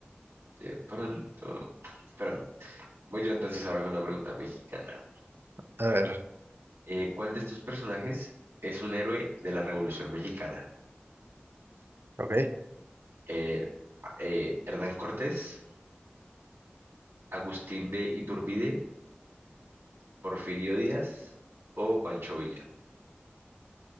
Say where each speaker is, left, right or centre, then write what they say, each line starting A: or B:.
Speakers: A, on the right (about 90°); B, on the right (about 65°).
A: de pronto. Pero no. voy yo entonces ahora con una pregunta mexicana.
B: <laughs> A ver,
A: Eh, ¿cuál de estos personajes es un héroe de la Revolución Mexicana?
B: ok.
A: Eh, eh, Hernán Cortés. Agustín de Iturbide, Porfirio Díaz o Pancho Villa.